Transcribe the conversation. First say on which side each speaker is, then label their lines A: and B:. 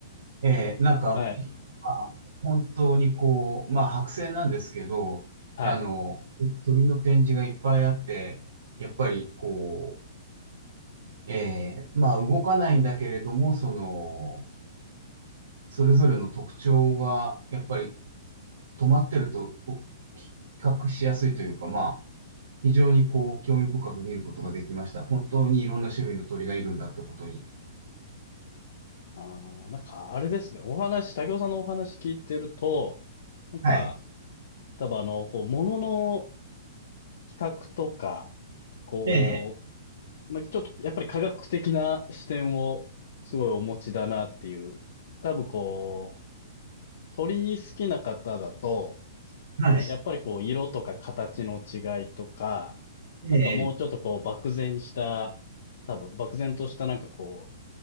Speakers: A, on the right; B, on the left.
A: えー、なんか、
B: はい。はい。
A: ひまあ本当にこう、まあ、剥製なんですけど、
B: はい。
A: あの、鳥の展示がいっぱいあって、やっぱり、こう、えー、まあ、動かないんだけれども、その、それぞれの特徴が、やっぱり止まってると、お比較しやすいというか、まあ、非常にこう、興味深く見ることができました。本当にいろんな種類の鳥がいるんだってことに。
B: ああ、なんかあれですね。お話、武雄さんのお話聞いてると、なんか、
A: はい。
B: 多分あの、こう、ものの比較とか、こ
A: ええ、
B: う、なんかちょっとやっぱり科学的な視点をすごいお持ちだなっていう。多分こう、鳥好きな方だと、
A: はい。
B: やっぱりこう、色とか形の違いとか、
A: ええ、
B: なんかもうちょっとこう、漠然した、多分漠然としたなんかこ